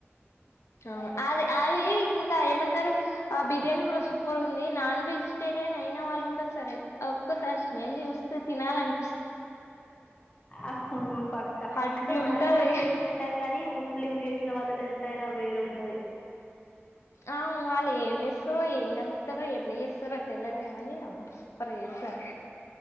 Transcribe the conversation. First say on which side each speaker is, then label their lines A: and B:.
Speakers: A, on the left; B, on the left.
A: ఊ అది ఆవి ఇంకా ఏమంటరు అ బిర్యానీ కూడా సుప్పర్ ఉంది నాన్ వెజ్ టెరియన్ అయిన వాళ్ళు కూడా సరే ఒక్కసారి స్మెల్ చూస్తే తినాలన్
B: అహును పక్క
A: అట్లు
B: అంటె మనం
A: ఉంటది
B: గూడ చేస్తుంటం కని ముస్లిం చేష్ వాళ్లద్ ఎంతైనా వేర్ ఉంటది.
A: ఆ వాళ్ళు ఏమ్ ఏస్తరో ఏం కల్ప్తరో ఎట్ల చేస్తరో తెలదు కాని అబ్బా. సూపర్ చేస్తారు